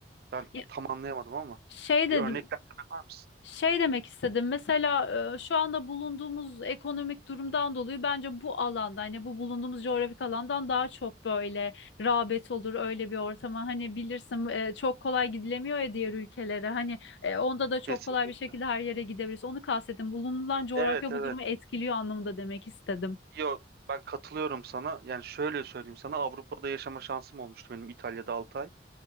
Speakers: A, on the right (about 55°); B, on the left (about 70°).
A: Ben
B: Ya,
A: tam anlayamadım ama
B: Şey dedim.
A: bir örneklendirme var mısın?
B: Şey demek istedim. Mesela e, şu anda bulunduğumuz ekonomik durumdan dolayı bence bu alanda hani bu bulunduğumuz coğrafik alandan daha çok böyle rağbet olur öyle bir ortama. Hani bilirsin e, çok kolay gidilemiyor ya diğer ülkelere. Hani e, onda da çok
A: Kesinlikle.
B: kolay bir şekilde her yere gidebiliriz. Onu kastettim. Bulunulan coğrafya
A: Evet, evet.
B: bu durumu etkiliyor anlamında demek istedim.
A: Yo ben katılıyorum sana. Yani şöyle söyleyeyim sana Avrupa'da yaşama şansım olmuştu benim İtalya'da altı ay.